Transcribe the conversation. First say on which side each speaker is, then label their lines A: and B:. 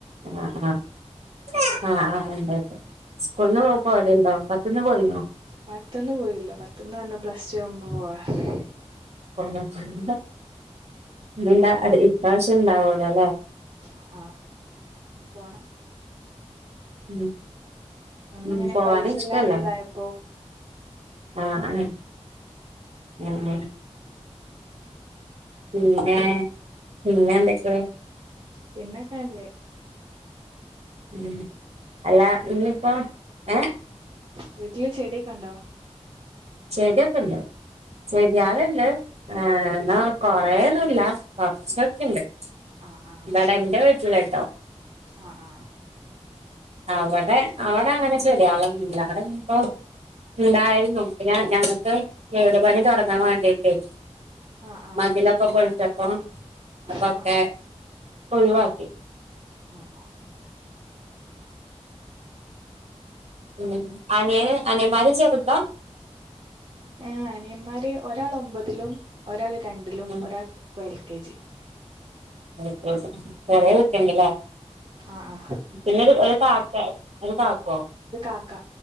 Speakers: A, on the right; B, on the right.
A: ആ ആ ആ ആ എന്തക്കെ സ്കൂളന്ന് പോ പോകലുണ്ടോ പത്തിന്ന് പോകലുണ്ടോ
B: പത്ത്ന്ന് പോയില്ല പത്തന്ന് തന്നെ പ്ലസ് റ്റു ആവുമ്പോ പോവാന്ന്
A: <unintelligible> ഇണ്ടാ അത് ഇപ്രാവശ്യം ഇണ്ടാവു വല്ലേ
B: ആ ആ പോണം
A: ഉം
B: അന്ന്
A: ഉം
B: ഇങ്ങനെ
A: പോവാന്
B: പൈസ
A: ഇഷ്ടല്ലേ
B: ഇല്ലാതെ ഇതായപ്പോ
A: ആ ആ ഉ ഉം പിന്നെ പിന്നെന്തെക്കെ
B: പിന്നെക്കെ നല്ലേ
A: ഉം അല്ല ഇഞ്പ്പം ഏഹ്
B: വീട്ടില് ചെട്യൊക്കെണ്ടോ?
A: ചെട്യൊക്കെണ്ട് ചെട്യാള് ണ്ട് ഏഹ് ന്ന കൊറേന്നുല്ല കൊർച്ചൊക്കെണ്ട്.
B: ആഹ് ആഹ്
A: ഇബടെ ഇന്റെ വീട്ടില് ട്ടോ
B: ആഹ്
A: അവടെ അവടങ്ങനെ ചെട്യാളൊന്നുല്ല അവടെ ഞ്പ്പൊ ഇണ്ടായാലും നോക്കൂല ഞങ്ങക്ക് വീട് പണി തൊടങ്ങാൻ വാണ്ടിട്ടേ
B: ആഹ് ആഹ്
A: മതിലൊക്കെ പോള്ച്ചപ്പോ അപ്പൊക്കെ
B: ആഹ്
A: ഒഴിവാക്കി
B: ഉം
A: ഉം അനിയന് അനിയൻമാര് ചെർതാ?
B: എഹ് അനിയൻമാര് ഒരാളൊമ്പതിലും ഒരാളെ രണ്ടിലും
A: ഉം
B: ഒരാള് പ്പോ L K G
A: L K G ചെറ്യേ കുട്ടിണ്ട്ല്ലെ.
B: ആഹ് ആഹ്
A: പിന്നൊര് ഒര് കാക്കെ ഒര്ക്കാക്കോ?
B: ഇത് കാക്ക